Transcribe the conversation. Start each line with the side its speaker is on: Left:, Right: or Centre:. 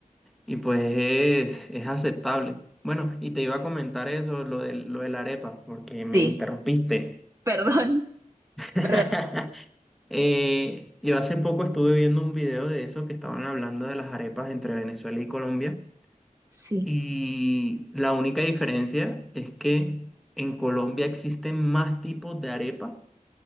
Centre: y pues es, es aceptable. Bueno, y te iba a comentar eso, lo de, lo de la arepa, porque me
Right: sí,
Centre: interrumpiste.
Right: perdón,
Centre: <laughs>
Right: <laughs> perdón.
Centre: Eh, yo hace poco estuve viendo un video de eso que estaban hablando de las arepas entre Venezuela y Colombia,
Right: Sí,
Centre: y la única diferencia es que en Colombia existen más tipos de arepa